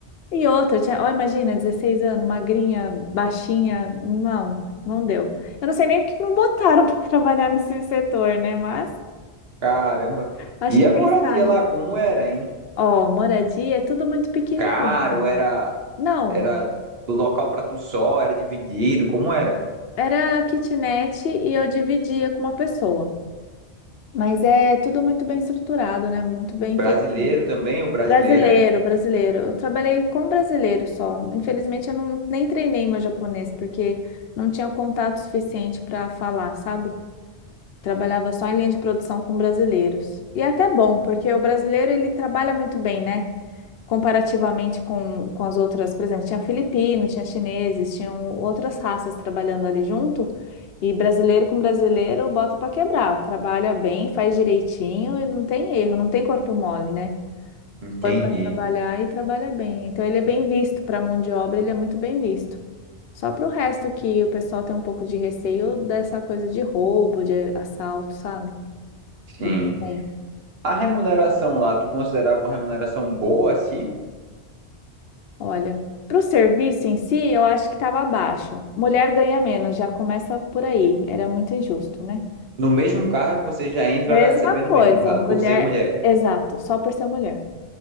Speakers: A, on the left; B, on the right.
A: E outra, eu tinha, ó, imagina, 16 anos, magrinha, baixinha. Não, não deu. Eu não sei nem o que me botaram <laughs> para trabalhar nesse setor, né? Mas
B: Caramba.
A: acho
B: E
A: que
B: a
A: pensaram.
B: moradia lá, como era, hein?
A: Ó, moradia é tudo muito pequenininho.
B: Caro, era,
A: Não,
B: era do local para tu só, era dividido, como era?
A: era kitnet e eu dividia com uma pessoa. Mas é tudo muito bem estruturado, né? Muito bem
B: Brasileiro
A: feito.
B: também, ou brasileira?
A: Brasileiro, brasileiro. Eu trabalhei com brasileiro só. Infelizmente, eu não, nem treinei meu japonês, porque não tinha contato suficiente para falar, sabe? Trabalhava só em linha de produção com brasileiros. E é até bom, porque o brasileiro ele trabalha muito bem, né? comparativamente com, com as outras, por exemplo, tinha filipino, tinha chineses, tinham outras raças trabalhando ali junto, e brasileiro com brasileiro bota para quebrar, trabalha bem, faz direitinho e não tem erro, não tem corpo mole, né?
B: Entendi,
A: Foi para trabalhar e trabalha bem. Então ele é bem visto para mão de obra, ele é muito bem visto. Só para o resto que o pessoal tem um pouco de receio dessa coisa de roubo, de assalto, sabe?
B: sim.
A: Eles têm.
B: A remuneração lá, tu considerava uma remuneração boa, assim?
A: Olha, para o serviço em si, eu acho que estava abaixo. Mulher ganha menos, já começa por aí. Era muito injusto, né?
B: No mesmo cargo, você já entra
A: Mesma
B: recebendo
A: coisa,
B: menos lá,
A: mulher,
B: por ser mulher.
A: exato, só por ser mulher.